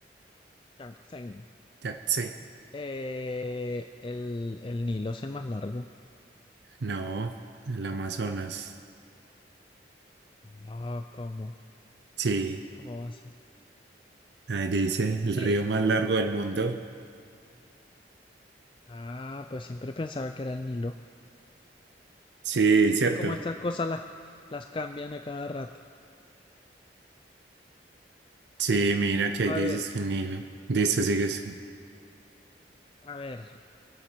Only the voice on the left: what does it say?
Yangtze.
Eh, el, el Nilo es el más largo.
No, ¿cómo?
¿Cómo va a ser?
Sí.
Ah, pues siempre pensaba que era el Nilo.
Es
que como estas cosas las, las cambian a cada rato.
A
ver,
a ver,